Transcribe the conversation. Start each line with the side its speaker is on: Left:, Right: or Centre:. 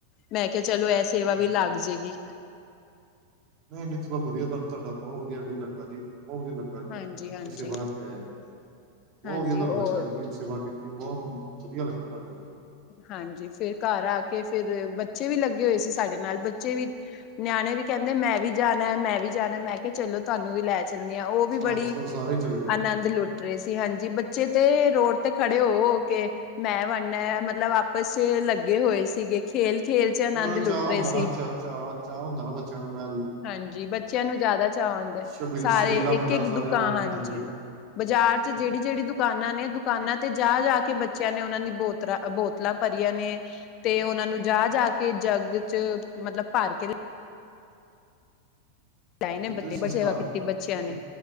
Left: ਮੈਂ ਕਿਹਾ ਚਲੋ, ਇਹ ਸੇਵਾ
Right: ਚਲੋ
Left: ਵੀ ਲੱਗ ਜਾਏਗੀ।
Right: ਨਹੀਂ-ਨਹੀਂ ਚਲੋ ਵਧੀਆ, ਤੁਹਾਡਾ ਬਹੁਤ ਵਧੀਆ ਨੀ ਲੱਗਾ ਜੀ ਬਹੁਤ ਵਧੀਆ ਲੱਗਾ ਜੀ।
Left: ਹਾਂਜੀ ਹਾਂਜੀ
Right: ਪੈਸੇ ਵਾਰ ਕੇ ਆਏ ਬਹੁਤ
Left: ਹਾਂਜੀ
Right: ਵਧੀਆ
Left: ਔਰ
Right: ਲੱਗਾ ਤੁਸੀਂ ਸੇਵਾ ਕੀਤੀ। ਬਹੁਤ ਵਧੀਆ ਲੱਗਾ ਤੁਹਾਡਾ ਜੀ।
Left: ਹਾਂਜੀ, ਫਿਰ ਘਰ ਆ ਕੇ ਫਿਰ ਬੱਚੇ ਵੀ ਲੱਗੇ ਹੋਏ ਸੀ ਸਾਡੇ ਨਾਲ ਬੱਚੇ ਵੀ ਨਿਆਣੇ ਵੀ ਕਹਿੰਦੇ ਮੈਂ ਵੀ ਜਾਣਾ- ਮੈਂ ਵੀ ਜਾਣਾ ਮੈਂ ਕਿਹਾ, ਚਲੋ ਤੁਹਾਨੂੰ ਵੀ ਲੈ ਸਿਨਿਆ ਉਹ ਵੀ
Right: ਸਾ
Left: ਬੜੀ
Right: ਚਲੋ ਸਾਰੇ ਹੀ ਚਲੇ ਗਏ
Left: ਆਨੰਦ
Right: ਆ।
Left: ਲੁੱਟ ਗਏਸੀ ਹਾਂਜੀ, ਬੱਚੇ ਤੇ ਰੋਡ ਤੇ ਖੜੇ ਹੋ-ਹੋ। ਕੇ ਮੈਂ ਵਣਨਾ ਮਤਲਬ ਆਪਸ ਲੱਗੇ ਹੋਏ ਸੀਗੇ। ਖੇਲ-ਖੇਲ ਚ ਆਨੰਦ
Right: ਉਹਨਾਂ ਨੂੰ
Left: ਲੁੱਟ
Right: ਚਾਹ ਹੁੰਦਾ
Left: ਰਹੇ
Right: ਨਾ
Left: ਸੀ
Right: ਚ ਚਾਹ-ਚਾਹ ਹੁੰਦਾ ਨਾ ਬੱਚਿਆਂ ਨੂੰ ਮੈ
Left: ਹਾਂਜੀ, ਬੱਚਿਆਂ ਨੂੰ ਜ਼ਿਆਦਾ ਚਾ ਆਦਾ
Right: ਸ਼ਬੀਲ
Left: ਸਾਰੇ
Right: ਸ਼ਬੀਲਾ ਵੰਡਾ
Left: ਇੱਕ- ਇੱਕ
Right: ਸਾਰਿਆਂ
Left: ਦੁਕਾਨ
Right: ਨੂੰ ਹਾਂਜੀ
Left: ਚ
Right: ਹਾਂਜੀ
Left: ਬਾਜ਼ਾਰ ਚ ਜਿਹੜੀ-ਜਿਹੜੀ ਦੁਕਾਨਾਂ ਨੇ ਦੁਕਾਨਾਂ ਤੇ ਜਾ-ਜਾ ਕੇ ਕਿ ਬੱਚਿਆਂ ਨੇ ਉਹਨਾਂ ਦੀ ਬੋਤਲਾਂ-ਬੋਤਲਾਂ ਭਰੀਆਂ ਨੇ ਤੇ ਉਹਨਾਂ ਨੂੰ ਜਾ-ਜਾ ਕੇ ਜੱਗ ਚ ਮਤਲਬ ਭਰ ਕੇ ਲਿਆਏ
Right: ਹਾਂਜੀ
Left: ਨੇ
Right: ਤੁਸੀਂ
Left: ਬੱਚੇ ਬੜੀ
Right: ਸੰਸਕਾਰ,
Left: ਸੇਵਾ ਕੀਤੀ ਬੱਚਿਆਂ ਨੇ
Right: ਤੂ